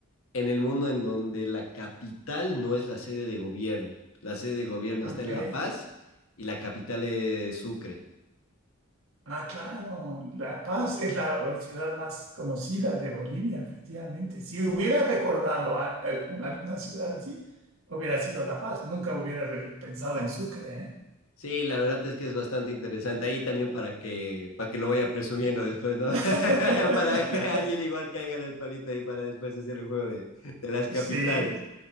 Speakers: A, on the left (about 85°); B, on the right (about 80°).
A: en el mundo en donde la capital no es la sede de gobierno. La sede de gobierno
B: Ok.
A: está en La Paz y la capital es Sucre.
B: Ah, claro, La Paz es la eh, ciudad más conocida de Bolivia, efectivamente. Si hubiera recordado a- a- una- alguna ciudad así, hubiera sido La Paz. Nunca hubiera re- pensado en Sucre, ¿eh?
A: Sí, la verdad es que es bastante interesante. Ahí también para que, para que lo vaya presumiendo después, ¿no?
B: <laughs>
A: <laughs> para que alguien igual caiga en el palito ahí para después hacer el juego de, de las capitales.
B: Sí,